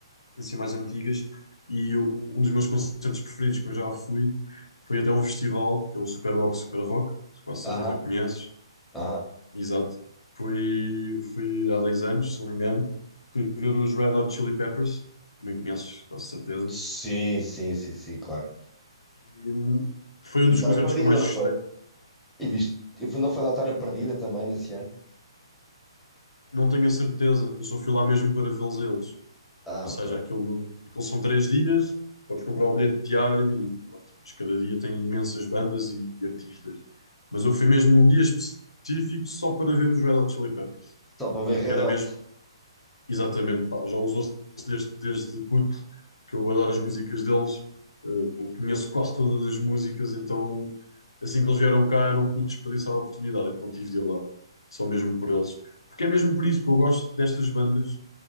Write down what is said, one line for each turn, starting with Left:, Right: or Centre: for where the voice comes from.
Left: assim mais antigas, e o- um dos meus concertos preferidos que eu já fui foi até um festival, que é o Superbox Super Rock, com quase
Centre: Aham,
Left: certeza que conheces
Centre: aham.
Left: Exato. Fui, fui há 10 anos, se não me engano, fui ver os Red Hot Chili Peppers, também conheces, com certeza.
Centre: Sim, sim, sim, sim, claro.
Left: E, hum, foi um
Centre: E
Left: dos
Centre: Vitória
Left: concertos
Centre: Perdida,
Left: que eu mais
Centre: não
Left: gostei.
Centre: foi? E viste? Eu fui, não foi da Vitória Perdida também nesse ano?
Left: Não tenho a certeza, eu só fui lá mesmo para vê-los a eles.
Centre: Ah,
Left: Ou seja,
Centre: ok.
Left: aquilo, aquilo são três dias, podes comprar o bilhete diário e pronto, mas cada dia tem imensas bandas e artistas. Mas eu fui mesmo num dia específico só para ver os Red Hot Chili Peppers,
Centre: Só para
Left: porque
Centre: ver Red
Left: era
Centre: Hot.
Left: mesmo Exatamente, pá, já usou-se desde, desde puto, que eu adoro as músicas deles, eh, conheço quase todas as músicas, então assim que eles vieram cá eu não pude desperdiçar a oportunidade, então tive de ir lá, só mesmo por eles. Porque é mesmo por isso que eu gosto destas bandas